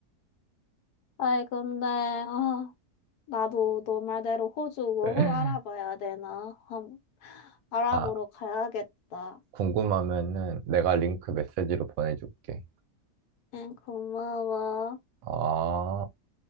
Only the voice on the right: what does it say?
<laughs>
아,
궁금하면은 내가 링크 메시지로 보내줄게.
아.